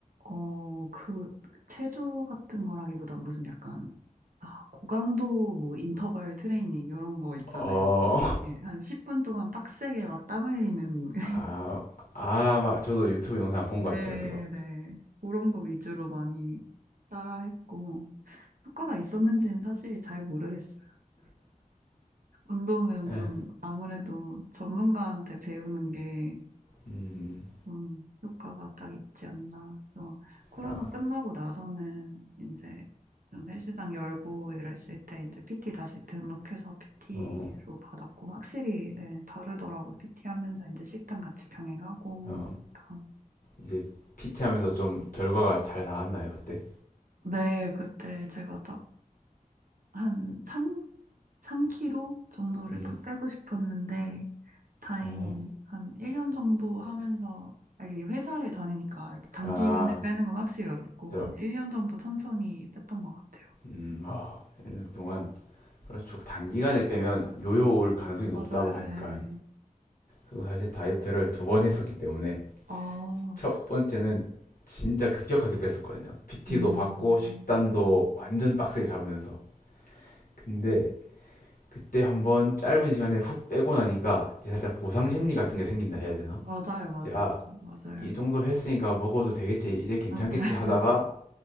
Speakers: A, on the right; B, on the left.
A: 어, 그, 체조 같은 거라기보단 무슨 약간, 아, 고강도 뭐 인터벌 트레이닝 이런 거 있잖아요.
B: 어,
A: 막, 예, 한 10분 동안 빡세게 막 땀 흘리는. <laughs>
B: 아, 아, 막 저도 유튜브 영상 본
A: 네,
B: 것 같아요, 그거.
A: 네. 그런 거 위주로 많이 따라 했고, 효과가 있었는지는 사실 잘 모르겠어요. 운동은
B: 예.
A: 좀 아무래도 전문가한테 배우는 게
B: 음,
A: 좀 효과가 딱 있지 않나. 그래서 코로나
B: 아,
A: 끝나고 나서는 이제 좀 헬스장 열고 이랬을 때 이제 PT 다시 등록해서 PT로
B: 어,
A: 받았고 확실히 예, 다르더라고. PT 하면서 이제 식단 같이 병행하고
B: 어,
A: 하니까.
B: 이제 PT 하면서 좀 결과가 잘 나왔나요, 그때?
A: 네, 그때 제가 딱 한 3, 3kg 정도를
B: 음,
A: 딱 빼고 싶었는데, 다행히
B: 어,
A: 한 1년 정도 하면서, 아, 이게 회사를 다니니까 이렇게 단기간에
B: 아,
A: 빼는 건 확실히 어렵고,
B: 저,
A: 한 1년 정도 천천히 뺐던 것 같아요.
B: 음, 어, 1년 동안. 그렇죠. 그 단기간에 빼면 요요 올 가능성이 높다고
A: 맞아요,
B: 하니까.
A: 예.
B: 저도 사실 다이어트를 두 번 했었기 때문에
A: 아,
B: 첫 번째는 진짜 급격하게 뺐었거든요. PT도
A: 음,
B: 받고 식단도 완전 빡세게 잡으면서. 근데 그때 한번 짧은 시간에 훅 빼고 나니까 이제 살짝 보상 심리 같은 게 생긴다 해야 되나?
A: 맞아요, 맞아요,
B: 이제 아,
A: 맞아요, 맞아요.
B: 이 정도 했으니까 먹어도 되겠지, 이제 괜찮겠지
A: <laughs>
B: 하다가